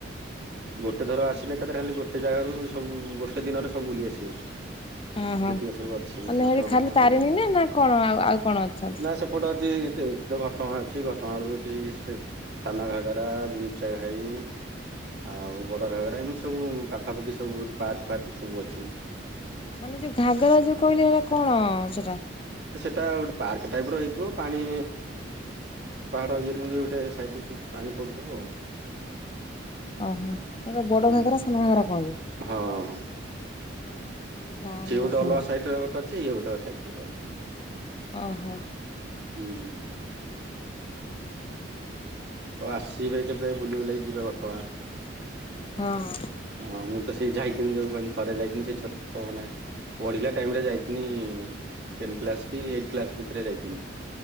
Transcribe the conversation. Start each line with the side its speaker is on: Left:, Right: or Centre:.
Right: ଗୋଟେ ଥର ଆସିଲେ କାଥରେ ଖାଲି ଗୋଟେ ଜାଗାାରୁ ସବୁ ଗୋଟେ ଦିନରେ ସବୁ ବୁଲିଆସିବେ।
Left: ହଁ ହଁ।
Right: ଯେତିକି ସବୁ ଅଛି
Left: ମାନେ
Right: ଘଟ
Left: ହେଠି ଖାଲି
Right: ଫଟ
Left: ତାରିଣୀ
Right: ହେଇକି
Left: ନା ନା କଣ ଆଉ ଆଉ କଣ ଅଛନ୍ତି?
Right: ନା ସେପଟ ଏଠି ତ ଘଟଣା ଅଛି ଘଟଣାୁ ଏଠି ସେ ଛାନ ଘାଗରା ଗୁଞ୍ଚା ଘାଇ। ଆଉ ବଡ ଘାଗରା ଏମିତି ସବୁ ପାଖାପାଖି ସବୁ ବହୁତ ପାର୍କ ଫାର୍କ ସବୁ ଅଛି।
Left: ଓ ମାନେ ଯୋଉ ଘାଗରା ଯୋଉ କହିଲେ ଏଇଟା କଣ ସେଟା?
Right: ଟା ଗୋଟେ ପାର୍କ ଟାଇପ ର ହେଇଥିବ ପାଣି ପାହାଡ ଇଏରେ ମଧ୍ୟ ଗୋଟେ ସାଇଡ ରୁ ପାଣି ପଡୁଥିବ ଆଉ।
Left: ଓହୋ। ଯୋଉଟା ବଡ
Right: ହଁ
Left: ଘାଗରା
Right: ହଁ।
Left: ସେନା ଭଙ୍କରା କୁହନ୍ତି
Right: ହଁ
Left: ଓହୋ। ନା
Right: ସିଏ
Left: ନୂଆ
Right: ଗୋଟେ
Left: ଶୁଣୁଛି
Right: ଅଲଗା ସାଇଟ ରେ ଗୋଟେ ଅଛି ଇଏ ଗୋଟେ ସାଇଟ ରେ ଅଲଗା।
Left: ଓହୋ।
Right: ହୁଁ ହୁଁ। ହଉ ଆସିବେ କେବେ ବୁଲି ବୁଲାକି ଯିବେ ଘଟଗାଁ।
Left: ହଁ।
Right: ହଁ ମୁଁ ତ ସେଇ ଯାଇଛନ୍ତି ଯୋଉ ପାଇଁ ଥରେ ଯାଇଛନ୍ତି ସେ ଛୋଟ ମାନେ ପଢିଲା ଟାଇମରେ ଯାଇଥି ଟେନ କ୍ଲାସ କି ଟେନ କ୍ଲାସ ଭିତରେ ଯାଇଥିଲୁ।